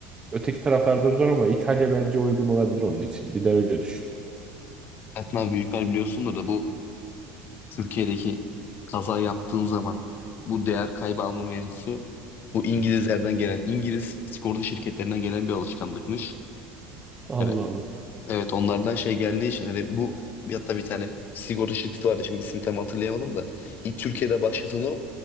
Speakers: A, on the right (about 20°); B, on the left (about 45°).
A: öteki taraflarda zor ama İtalya bence uygun olabilir onun için. Bir de öyle düşün.
B: Hayatın abi büyükler biliyorsundur da bu Türkiye'deki kaza yaptığın zaman bu değer kaybı alma mevzusu bu İngilizlerden gelen İngiliz sigorta şirketlerinden gelen bir alışkanlıkmış.
A: Allah
B: Yani
A: Allah.
B: Evet onlardan şey geldiği için hani bu bir- hatta bir tane sigorta şirketi vardı şimdi ismini tam hatırlayamadım da ilk Türkiye'de başlatan o